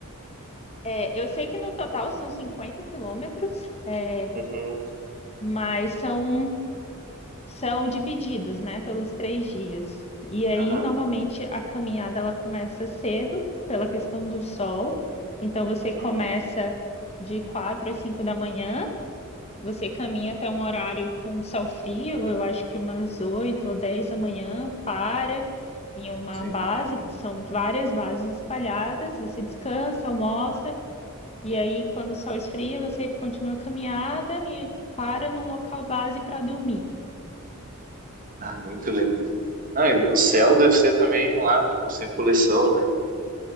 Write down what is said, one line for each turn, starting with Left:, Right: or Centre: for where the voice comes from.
Left: É, eu sei que no total são 50 quilômetros, é,
Right: Uhum,
Left: mas são, são divididos, né, pelos três dias. E aí,
Right: aham,
Left: normalmente, a caminhada ela começa cedo, pela questão do sol. Então, você
Right: uhum,
Left: começa de 4 às 5 da manhã, você caminha até um horário com sol frio, eu acho que umas 8 ou 10 da manhã, para em uma
Right: sim.
Left: base, que são várias bases espalhadas, você descansa, almoça. E aí, quando o sol esfria, você continua a caminhada e para no local base para dormir.
Right: Ah, muito lindo. Ah, e o céu deve ser também lá, tipo, sem poluição, né?